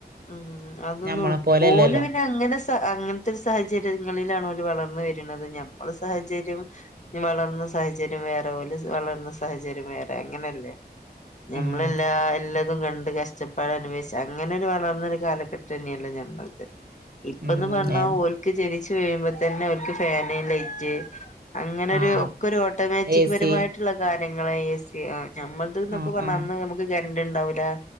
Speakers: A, on the left (about 45°); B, on the right (about 65°).
A: ഉം അതൊന്നും
B: ഞമ്മളെ
A: ഉൾ
B: പോലെല്ലല്ലോ
A: ഓല് പിന്നെ അങ്ങനെ അങ്ങനത്തെ ഒരു സാഹചര്യങ്ങളിലാണ് വളർന്ന് വരുന്നത് ഞമ്മടെസാഹചര്യം വളർന്ന സാഹചര്യം വേറെ ഓല് വളർന്ന സാഹചര്യം വേറെ അങ്ങനെയല്ലേ? ഞമ്മള്
B: ഉം
A: എല്ലാ എല്ലാതും കണ്ട് കഷ്ടപ്പാട് അനുഭവ അങ്ങനെ ഒരു വളർന്നൊരു കാലഘട്ടം തന്നെയല്ലോ ഞമ്മളുടെത് ഇപ്പന്ന്
B: ഉം
A: പറഞ്ഞാ
B: ഏ
A: ഓല് ജനിച്ച് വിഴുമ്പോ തന്നെ അവർക്ക് ഫാന്, ലൈറ്റ്, അങ്ങനെ
B: ആഹ്
A: ഒരു ഒക്കെ ഒരു ഓട്ടോമാറ്റിക്
B: ഏ
A: പരമായിട്ടുള്ള
B: സി
A: കാര്യങ്ങളാഎ സി ആ ഞമ്മക്ക് അത് ന്നോക്കെ
B: ആഹ്
A: പറഞ്ഞാ
B: ആഹ്
A: അന്ന് നമുക്ക് കരണ്ട് ഉണ്ടാവൂല്ല.